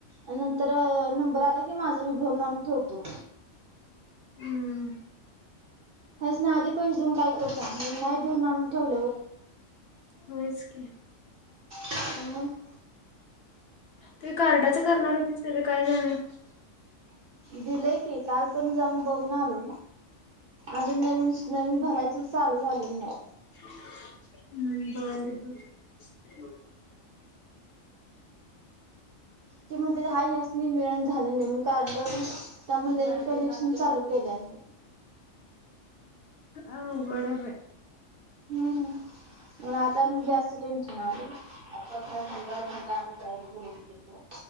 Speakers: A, on the right (about 65°); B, on the left (about 60°).
A: अन् नंतरं नंबर आला की माझं मी भरून आणून ठेव तो
B: हम्म
A: हेस्नि आधी पैसे देऊन काय करू सांग मग नाही भरून आणून ठेवल्यावर
B: होयच की
A: अन मग
B: ते कार्डाचं करणार होतीस तेजं काय झालं
A: दिलंय की काल पण जाऊन बघून आलो अजून नवीन नवीन भरायचं चालू झालेलं नाय
B: हम्म बरं बर
A: ती म्हणत्याती हाय ह्यास्नी मिळंणा झालंय नवीन कार्ड त्यामुळं नवीन कनेक्शन चालू केलंय आम्ही ते
B: अवघड हाय बाय
A: हम्म अन आता
B: हम्म
A: गॅसचं टेन्शन आलंय अपर्णा निघल म्हणलं आम्ही तयारी करून देतो